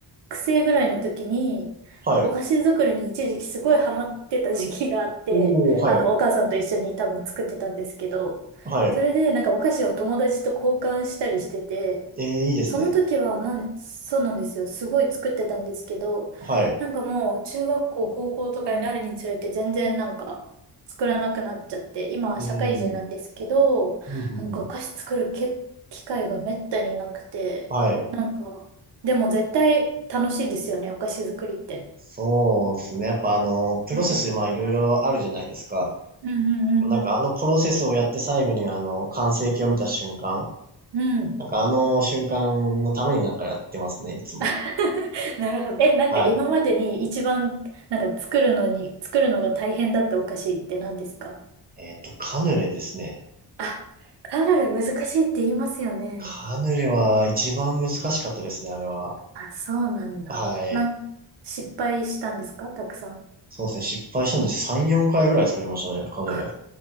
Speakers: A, on the right; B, on the right.
A: 学生ぐらいの時に、
B: はい。
A: お菓子作りに一時期すごいハマってた時期があって、
B: おー、
A: あの、
B: はい。
A: お母さんと一緒に多分作ってたんですけど、
B: はい。
A: それでなんかお菓子を友達と交換したりしてて、
B: ええ、いいですね。
A: その時はなんそうなんですよ。すごい作ってたんですけど、
B: はい。
A: なんかもう中学校、高校とかになるにつれて全然なんか作らなくなっちゃって、今は社会人なんですけど、
B: うん。うん、うん、
A: なんかお菓子作るけ機会がめったになくて、
B: うん。はい。
A: なんかでも絶対楽しいですよね、お菓子作りって。
B: そうですね。やっぱあの、プロセス、
A: うん。
B: まあいろいろあるじゃないですか。
A: うんうんうん
B: なんかあのプロセスをやって最後にあの、完成形を見た瞬間。
A: うん。うん。
B: なんかあの瞬間のためになんかやってますね、いつも。
A: <laughs> なるほど。え、なんか今までに一番、
B: はい。
A: なんか作るのに、作るのが大変だったお菓子って何ですか
B: えっと、カヌレですね。
A: あ、カヌレ難しいって言いますよね。
B: カヌレは一番難しかったですね、あれは。
A: あ、そうなんだ。
B: はい。
A: なん、失敗したんですかたくさん。
B: そうですね。失敗したんです。3、4回ぐらい作りましたね、カヌレ。
A: あ、